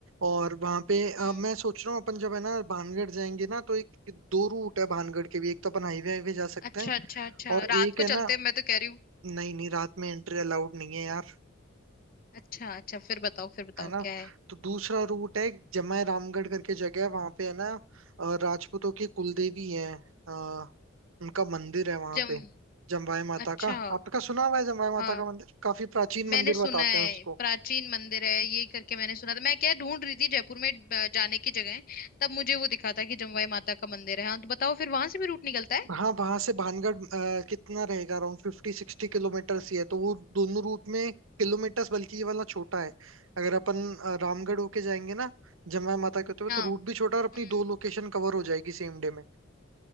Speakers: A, on the right; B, on the left.
A: और वहां पे अ,
B: हम्म
A: मैं सोच रहा हूँ अपन जब है ना भानगढ़ जाएंगे ना तो एक दो रूट है भानगढ़ के भी एक तो अपन हाईवे हाईवे जा सकते
B: अच्छा
A: हैं
B: अच्छा अच्छा
A: और
B: रात
A: एक
B: को
A: है
B: चलते
A: ना
B: हैं मैं तो कह रही हूँ
A: नहीं नहीं रात में एंट्री अलाउड नहीं है यार
B: अच्छा अच्छा फिर बताओ फिर बताओ
A: है ना
B: क्या है
A: तो दूसरा रूट है जमाय रामगढ़ करके जगह है वहां पे है ना अ, राजपूतों की कुलदेवी है अ, उनका मंदिर है वहां
B: जम
A: पे जमवाय माता
B: अच्छा
A: का आपका सुना हुआ है जमवाय माता
B: हाँ
A: का मंदिर काफी प्राचीन मंदिर
B: मैंने सुना
A: बताते
B: है
A: हैं उसको।
B: प्राचीन मंदिर है ये करके मैंने सुना था मैं क्या ढूंढ रही थी जयपुर में अ, जाने की जगह तब मुझे वो दिखा था कि जमवाई माता का मंदिर है हाँ तो बताओ फिर वहां से भी रूट निकलता है
A: हाँ वहां से भानगढ़ अ, कितना रहेगा अराउंड फिफ्टी सिक्सटी किलोमीटर ही है तो वो दोनों रूट में किलोमीटर्स बल्कि ये वाला छोटा है अगर अपन अ, रामगढ़ होके जाएंगे ना जमाया माता के होते हुए
B: हाँ
A: तो रूट भी छोटा है और अपनी
B: हम्म
A: दो लोकेशन कवर हो जाएगी सेम डे में